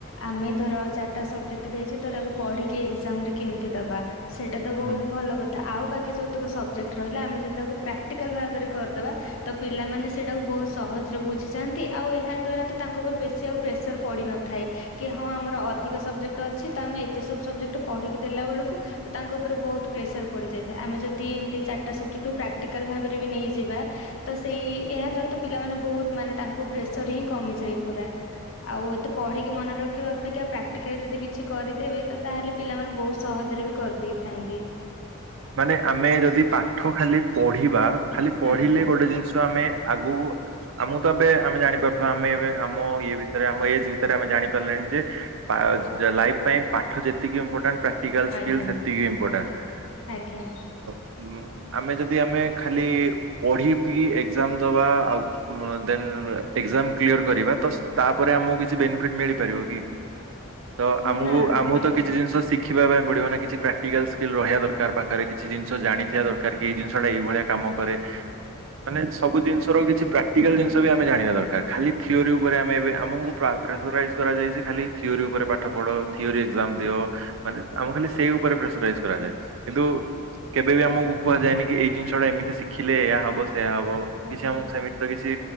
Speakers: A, on the left; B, on the right.
A: ଆମେ ଧର ଚାରିଟା ସବଜେକ୍ଟ ଦେଇଚୁ ତ ତାକୁ ପଢିକି ଏକ୍ଜାମ ରେ କେମିତି ଦବା ସେଇଟା ତ ବୋହୁତ
B: ହୁଁ।
A: ଭଲ କ ଥା। ଆଉ ବାକି ଯୋଉତକ ସବଜେକ୍ଟ ରହିଲା ଆମେ ଯଦି ତାକୁ ପ୍ରାକ୍ଟିକାଲ ଭାବରେ କରିଦବା ତ ପିଲାମାନେ ସେଇଟାକୁ ବୋହୁତ ସହଜରେ ବୁଝିଯାନ୍ତି। ଆଉ ଏହା ଦ୍ଵାରା ତାଙ୍କ ଉପରେ ବେଶି ଆଉ ପ୍ରେସର ପଡି ନଥାଏ, କି ହଁ ଆମର ଅଧିକ ସବଜେକ୍ଟ ଅଛି। ତ ଆମେ ଏ ସବୁ ସବଜେକ୍ଟ ପଢିକି ଦେଲା ବେଳକୁ ତ ତାଙ୍କ ଉପରେ ବୋହୁତ ପ୍ରେସର ପଡିଯାଇଥାଏ। ଆମେ ଯଦି ଏମିତି ଚାରିଟା ସବଜେକ୍ଟକୁ ପ୍ରାକ୍ଟିକାଲ ଭାବରେ ବି ନେଇଯିବା ତ ସେଇ ଏହା ଦ୍ଵାରା ତ ପିଲାମାନେ ବୋହୁତ ମାନେ ତାଙ୍କୁ ପ୍ରେସର ହିଁ କମିଯାଏ ପୁରା। ଆଉ ଏତେ ପଢିକି ମନେ ରଖିବା ଅପେକ୍ଷା ପ୍ରାକ୍ଟିକାଲ ଯଦି କିଛି କରିଦେବେ ତ ତାହେଲେ ପିଲାମାନେ ବୋହୁତ ସହଜରେ ବି କରିଦେଇଥାନ୍ତେ।
B: ମାନେ ଆମେ ଯଦି ପାଠ ଖାଲି ପଢିବା। ଖାଲି ପଢିଲେ
A: ଆଜ୍ଞା
B: ଗୋଟେ ଜିନିଷ ଆମେ ଆଗୁକୁ ଆମକୁ ତ ଏବେ ଆମେ ଜାଣିପାରୁଥିବା ଆମେ ଏବେ ଆମ ଇଏ ଭିତରେ ଆମ ଏଜ ଭିତରେ ଆମେ ଜାଣି ପାରିଲେଣି ଯେ ପା ଲାଇଫ୍ ପାଇଁ ପାଠ ଯେତିକି ଇମ୍ପୋର୍ଟାଣ୍ଟ ପ୍ରାକ୍ଟିକାଲ ସ୍କିଲ୍
A: ଆଜ୍ଞା
B: ସେତିକି ଇମ୍ପୋର୍ଟାଣ୍ଟ।
A: ଆଜ୍ଞା।
B: ହୁଁ ଆମେ ଯଦି ଆମେ ଖାଲି ପଢି ପି ଏକ୍ଜାମ ଦବା ଆଉ ଉଁ ଦେନ୍ ଏକ୍ସାମ କ୍ଲିୟର କରିବା ତ ତାପରେ ଆମକୁ କିଛି ବେନିଫିଟ ମିଳିପାରିବ କି? ତ ଆମକୁ
A: ନା
B: ଆମକୁ
A: ଆଜ୍ଞା
B: ତ କିଛି ଜିନିଷ ଶି ଖିବା ପାଇଁ ପଡିବ ନା କିଛି ପ୍ରାକ୍ଟିକାଲ ସ୍କିଲ ରହିବା ଦରକାର। ପା ଆରେ କିଛି ଜିନିଷ ଜାଣିଥିବା ଦରକାର କି ଏଇ ଜିନିଷ ଟା ଏଇଭଳିଆ କାମ କରେ। ମାନେ ସବୁ ଜିନିଷର କିଛି ପ୍ରାକ୍ଟିକାଲ ଜିନିଷ ବି ଆମେ ଜାଣିବା ଦରକାର। ‌ ଖାଲି ଥିଓରି ଉପରେ ଆମେ ଏବେ ଆମକୁ ପ୍ରା ପ୍ରେସରାଇଜ କରାଯାଇଚି ଖାଲି ଥିଓରି ଉପରେ ପାଠ ପଢ ଥିଓରି ଏକ୍ଜାମ ଦିଅ। ମାନେ ଆମକୁ ଖାଲି ସେଇ ଉପରେ ପ୍ରେସରାଇଜ କରାଯାଇଚି। କିନ୍ତୁ କେବେ ବି ଆମକୁ କୁହାଯାଏନି କି ଏଇ ଜିନିଷ ଟା ଏମିତି ଶିଖିଲେ ଏୟା ହବ ସେଇୟା ହବ। କି
A: ଆଜ୍ଞା
B: ସେ ଆମକୁ ସେମି ତ କିଛି